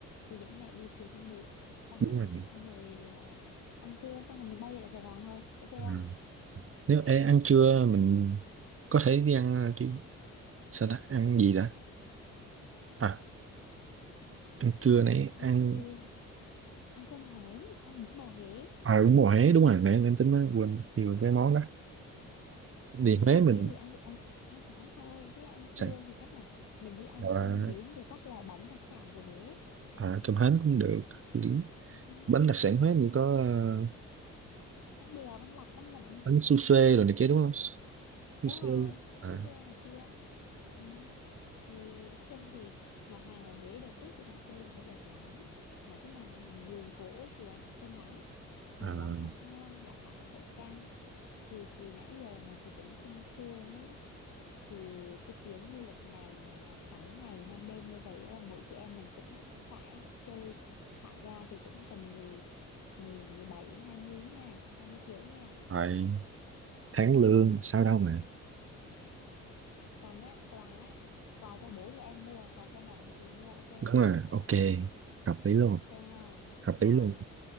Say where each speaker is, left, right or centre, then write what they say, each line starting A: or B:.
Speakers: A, on the left; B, on the right.
A: chị dẫn mẹ đi chùa Thiên Mụ xong
B: đúng
A: rồi
B: rồi
A: xong rồi ờ, ăn trưa xong rồi mình bay về lại Sài Gòn thôi ok không
B: ờ, nếu ê, ăn trưa mình có thể đi ăn ờ, chứ sao ta ăn gì đã à ăn trưa
A: ừ.
B: nãy ăn
A: trưa ăn cơm hến ăn bún bò Huế
B: à đúng rồi Huế đúng rồi nãy em tính mới quên nhiều cái món đó đi
A: bún
B: Huế
A: bò Huế
B: mình
A: thì ăn ăn ăn sáng thôi chứ ăn
B: sẽ
A: trưa thì chắc là mình đi ăn
B: à,
A: cơm hến rồi các loại bánh đặc sản của Huế
B: à, cơm hến cũng được lý
A: ừ.
B: bánh đặc sản Huế như
A: Ừ.
B: có ờ,
A: bánh bèo bánh lọc bánh nậm
B: bánh su xê rồi này kia đúng không su
A: đúng
B: xê
A: rồi bánh
B: à,
A: su phê này kia ừ. thì nói chung thì nhà hàng ở Huế đợt trước chị ra chơi chị thấy đẹp lắm mấy cái nhà hàng vườn cổ ấy kìa xinh lắm mà
B: à,
A: món nào cũng ngon giá cả cũng phải chăng thì chị nãy giờ mà chị tính sương sương ấy thì cái chuyến du lịch này mà là sáu ngày năm đêm như vậy là mỗi chị em mình cũng phải chơi thả ga thì cũng tầm mười mười mười bảy đến 20 nha 20 triệu nha
B: phải tháng lương
A: ừ.
B: sao đâu mà
A: còn á quà á, quà cho bố thì em mua quà cho mẹ thì chị mua ok
B: đúng
A: không
B: rồi ok hợp lý luôn
A: ok không
B: hợp
A: rồi
B: lý luôn